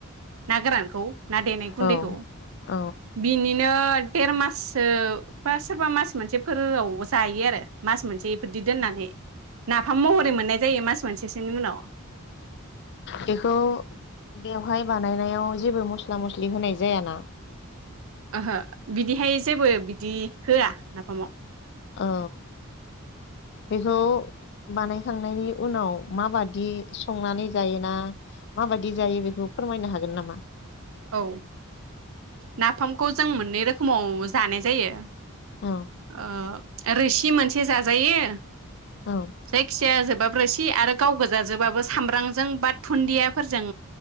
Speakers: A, on the right (about 65°); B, on the left (about 55°).
A: ना गोरानखौ ना देनाय गुन्दैखौ।
B: औ औ
A: बिनिनो देर माससो बा सोरबा मास मोनसे फोरआव जायो आरो। मास मोनसे इफोरदि दोननानै नाफाम महरै मोननाय जायो मास मोनसेसोनि उनाव।
B: बेखौ बेवहाय बानायनायाव जेबो मस्ला मस्लि होनाय जायाना?
A: ओहो बिदिहाय जेबो बिदि होआ नाफामाव।
B: औ बेखौ बानायखांनायनि उनाव माबादि संनानै जायोना माबायदि जायो बेखौ फोरमायनो हागोन नामा?
A: औ नाफामखौ जों मोननै रोखोमाव जानाय जायो।
B: औ
A: ओ रोसि मोनसे जाजायो
B: औ
A: जायखिजाया जोबाबो रोसि आरो गाव गोजाजोबाबो सामब्रांजों बाद धुन्दियाफोरजों